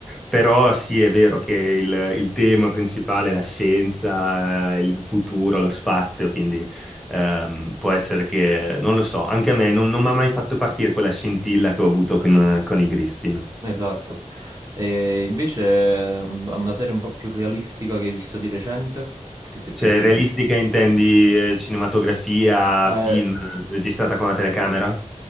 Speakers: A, in the centre; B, on the right (about 25°).
A: Però sì, è vero che il, il tema principale è la scienza, eh, il futuro, lo spazio, quindi ehm, può essere che, non lo so, anche a me non, non mi ha mai fatto partire quella scintilla che ho avuto con, con i Griffin.
B: Esatto. E invece mh, una serie un po' più realistica che hai visto di recente, che ti è piaciuta?
A: Cioè, realistica intendi eh, cinematografia,
B: Eh,
A: film registrata
B: sì.
A: con la telecamera?